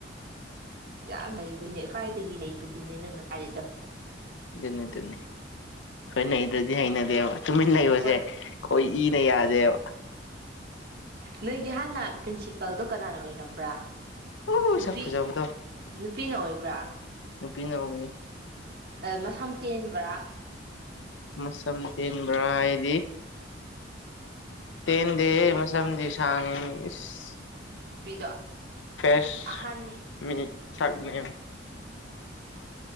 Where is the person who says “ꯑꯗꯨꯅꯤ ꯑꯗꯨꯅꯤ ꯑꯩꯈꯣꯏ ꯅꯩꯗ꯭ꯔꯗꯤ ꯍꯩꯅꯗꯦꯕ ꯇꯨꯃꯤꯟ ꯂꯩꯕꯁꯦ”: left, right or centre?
Left